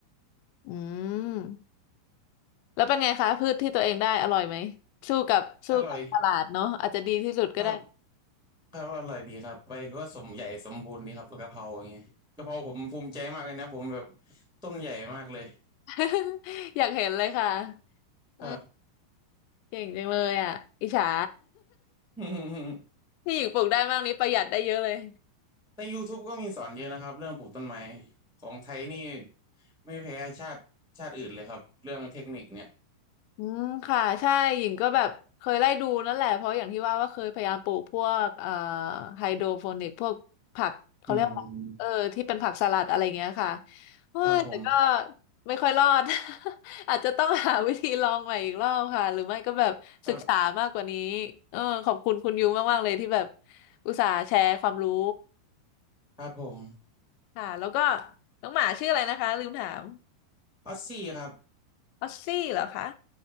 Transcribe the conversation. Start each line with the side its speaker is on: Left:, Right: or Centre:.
Left: อืมแล้วเป็นไงคะพืชที่ตัวเองได้อร่อยไหมสู้กับสู้กับตลาดเนาะอาจจะดีที่สุดก็ได้
Centre: อร่อยครับ ครับอร่อยดีครับไปก็สมใหญ่สมบูรณ์ดีครับกะเพราอย่างเงี้ยกะเพราผมภูมิใจมากเลยนะผมแบบต้นใหญ่มากเลย
Left: <laughs> อยากเห็นเลยค่ะเออ
Centre: ครับ
Left: เก่งจังเลยอ่ะอิจฉา
Centre: <laughs>
Left: <laughs> ที่หญิงปลูกได้มากนี้ประหยัดได้เยอะเลย
Centre: ใน YouTube ก็มีสอนเยอะนะครับเรื่องปลูกต้นไม้ของไทยนี่ไม่แพ้ชาติชาติอื่นเลยครับเรื่องเทคนิคเนี่ย
Left: อืมค่ะใช่หญิงก็แบบเคยไล่ดูนั่นแหละเพราะอย่างที่ว่าว่าเคยพยายามปลูกพวกเอ่อไฮโดรโปนิกพวกผักเขาเรียกว่าอะไรเออที่เป็นผักสลัดอะไรเงี้ยค่ะ
Centre: อืม
Left: เฮ้ยแต่ก็
Centre: ครับผม
Left: ไม่ค่อยรอด <laughs> อาจจะต้องหาวิธีลองใหม่อีกรอบค่ะหรือไม่ก็แบบศึกษามากกว่านี้
Centre: ครับ
Left: เออขอบคุณคุณยูมากๆเลยที่แบบอุตส่าห์แชร์ความรู้
Centre: ครับผม
Left: ค่ะแล้วก็น้องหมาชื่ออะไรนะคะลืมถาม
Centre: ออสซี่ครับ
Left: ออสซี่เหรอคะ